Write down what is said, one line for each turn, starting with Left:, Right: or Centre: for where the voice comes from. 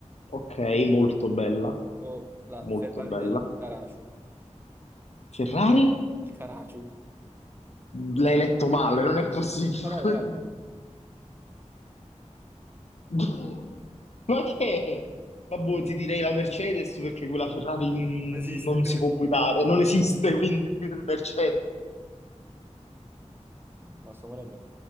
Left: Ok, molto
Right: Macchina?
Left: bella,
Right: O la
Left: molto
Right: Ferrari
Left: bella.
Right: del Caracciu?
Left: Ferrari?
Right: Il Caracciu?
Left: L'hai letto male, non è possibile.
Right: No, no, guarda,
Left: <laughs> <laughs> Ma che? Vabbè,
Right: non
Left: ti direi la Mercedes perché quella Ferrari mm,
Right: esiste.
Left: non si può guidare, non esiste, quindi <laughs> Mercedes.
Right: No, sto morendo.